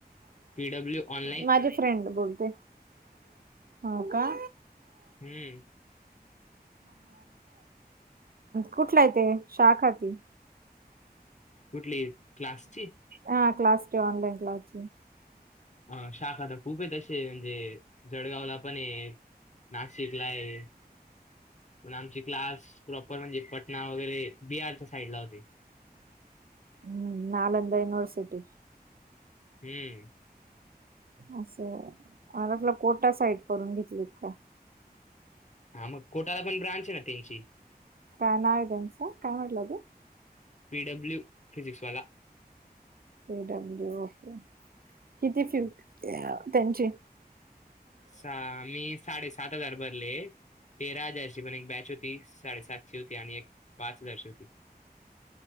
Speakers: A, on the left; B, on the right.
A: पीडब्ल्यू ऑनलाईन
B: माझे फ्रेंड बोलते हो का.
A: हम्म.
B: कुठल आहे ते शाखा ती.
A: कुठली क्लासची.
B: ह क्लास ची ऑनलाईन क्लास ची.
A: अ शाखा तर खूप आहेत अशे, म्हणजे जडगावला पण आहे. नाशिकला आहे. पण आमचे क्लास प्रॉपर म्हणजे पटना वगैरे बिहारच्या साईड ला होते.
B: हम्म नलंदा युनिवर्सिटी.
A: हम्म.
B: असं मला आपलं कोटा साईड करून घेतलीत काय.
A: हा म कोटाला पण ब्रांच आहे ना त्यांची.
B: का नाव आहे त्यांच काय म्हटलं तू.
A: पिडब्ल्यू फिजिक्स वाला.
B: पीब्ल्यू ओके. किती फी होती त्या त्यांची.
A: सा मी साडेसात हजार भरले तेरा हजारची पण एक बॅच होती साडेसात होती आणि एक पाच हजारची होती.